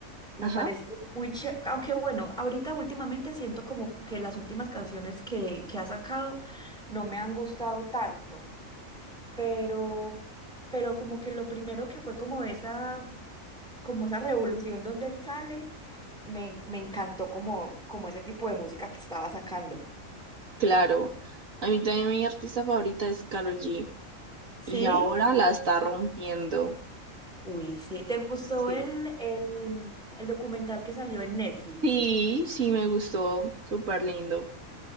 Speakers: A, in the centre; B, on the right (about 75°).
A: me
B: Ajá,
A: parece muy chévere, aunque bueno, ahorita últimamente siento como que las últimas canciones que, que ha sacado no me han gustado tanto, pero, pero como que lo primero que fue como esa, como esa revolución donde él sale, me, me encantó como, como ese tipo de música que estaba sacando.
B: claro. A mí también mi artista favorita es Karol G
A: ¿Sí?
B: y ahora la está rompiendo.
A: Uy, sí. ¿Te gustó
B: Sí.
A: el, el, el documental que salió en Netflix?
B: Sí, sí me gustó, súper lindo.